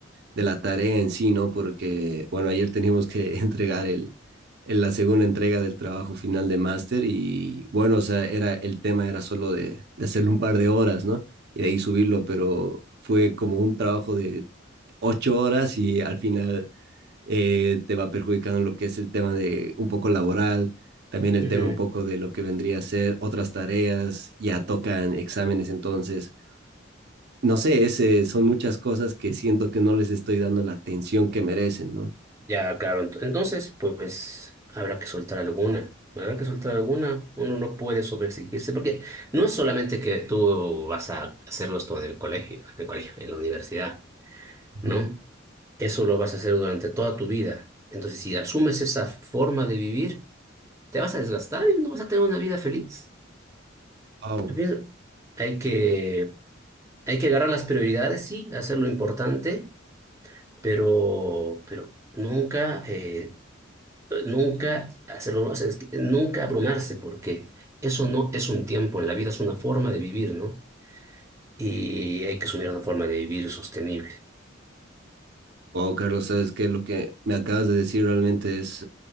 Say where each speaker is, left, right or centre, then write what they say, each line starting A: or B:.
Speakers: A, on the right; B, on the right.
A: de la tarea en sí, ¿no? Porque, bueno, ayer teníamos que <laughs> entregar el, el- la segunda entrega del trabajo final de máster y, bueno, o sea, era, el tema era solo de, de hacerlo un par de horas, ¿no? Y de ahí subirlo, pero fue como un trabajo de ocho horas y al final eh, te va perjudicando lo que es el tema de un poco laboral. También el
B: Ujú.
A: tema un poco de lo que vendría a ser otras tareas, ya tocan exámenes, entonces no sé, ese, son muchas cosas que siento que no les estoy dando la atención que merecen, ¿no?
B: Ya, claro, ent- entonces, pues habrá que soltar alguna, habrá que soltar alguna, uno no puede sobreexigirse, porque no es solamente que tú vas a hacerlo esto en el colegio, en el colegio, en la universidad, ¿no?
A: Ujú.
B: Eso lo vas a hacer durante toda tu vida. Entonces, si asumes esa forma de vivir, te vas a desgastar y no vas a tener una vida feliz.
A: Wow.
B: Yo pienso, hay que, hay que agarrar las prioridades, sí, hacer lo importante, pero, pero nunca, eh, nunca hacerlo, o sea, es que nunca abrumarse, porque eso no es un tiempo, en la vida es una forma de vivir, ¿no? Y hay que asumir una forma de vivir sostenible.
A: Wow, Carlos, sabes que lo que me acabas de decir realmente es,